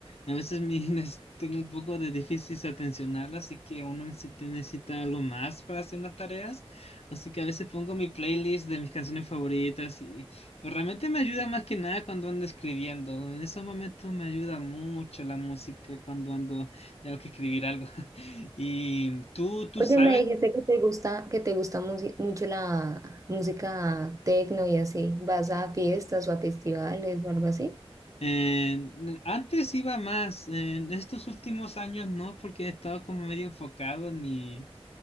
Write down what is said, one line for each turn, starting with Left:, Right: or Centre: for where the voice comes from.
Left: a veces mi, <laughs> nes- tengo un poco de difícil atencional, así que uno necesita, necesita algo más para hacer las tareas, así que a veces pongo mi playlist de mis canciones favoritas y, pero realmente me ayuda más que nada cuando ando escribiendo, en esos momentos me ayuda mucho la música cuando ando, tengo que escribir algo. <laughs> ¿Y tú, tú
Right: Oye,
Left: sabes?
Right: me dijiste que te gusta, que te gusta musi- mucho la música techno y así. ¿Vas a fiestas o a festivales o algo así?
Left: Eh, antes iba más, en estos últimos años no, porque he estado como medio enfocado en mi,